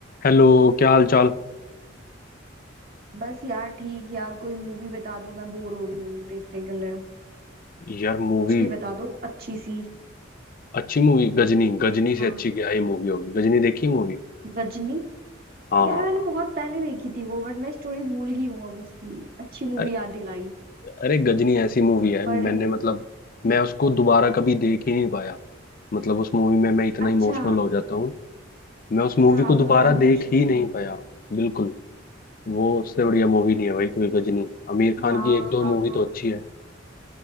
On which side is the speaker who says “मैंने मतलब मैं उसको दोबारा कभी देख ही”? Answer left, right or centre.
Left